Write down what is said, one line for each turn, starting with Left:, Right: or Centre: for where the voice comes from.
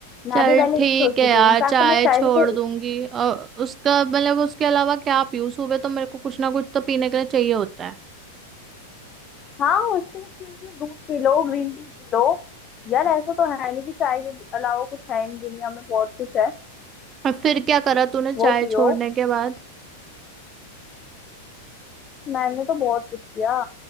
Left: मैं
Right: चल
Left: भी पहले
Right: ठीक
Left: यही सोचती
Right: है यार
Left: थी इनफैक्ट
Right: चाय
Left: मैं चाय
Right: छोड़
Left: से तो
Right: दूंगी और उसका मतलब उसके अलावा क्या पीऊँ सुबह तो मेरे को कुछ ना कुछ तो पीने के लिए चाहिए होता है
Left: हाँ उसके सब्स्टिट्यूट में दूध पी लो ग्रीन टी पी लो यार ऐसा तो है नहीं कि चाय के अलावा कुछ है ही नहीं दुनिया में बहुत कुछ है
Right: और फिर क्या करा तूने चाय
Left: वो पियो
Right: छोड़ने के बाद
Left: मैंने तो बहुत कुछ किया